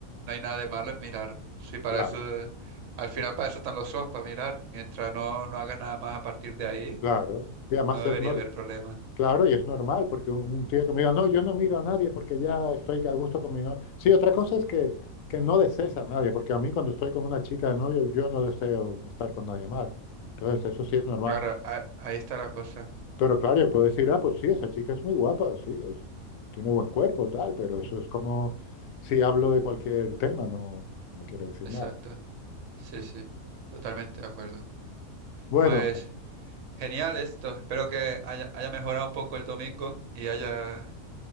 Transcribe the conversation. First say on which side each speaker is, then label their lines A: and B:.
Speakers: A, on the right; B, on the left.
A: no hay nada de malo en mirar. Sí, para
B: Claro,
A: eso, eh, al final para eso están los ojos, para mirar. Mientras no, no hagas nada más a partir de ahí,
B: claro. Y además
A: no debería
B: es normal.
A: haber problema.
B: Claro, y es normal, porque un un tío que me diga, no, yo no miro a nadie porque ya estoy a gusto con mi novia. Sí, otra cosa es que, que no desees a nadie, porque a mí cuando estoy con una chica de novio, yo no deseo estar con nadie más. Entonces, eso sí es normal.
A: Claro, a- ahí está la cosa.
B: Pero claro, yo puedo decir, ah, pues sí, esa chica es muy guapa, sí, es, tiene buen cuerpo, tal, pero eso es como si hablo de cualquier tema, no, no quiere decir
A: Exacto.
B: nada.
A: Sí, sí, totalmente de acuerdo.
B: Bueno,
A: Pues genial esto. Espero que haya, haya mejorado un poco el domingo y haya,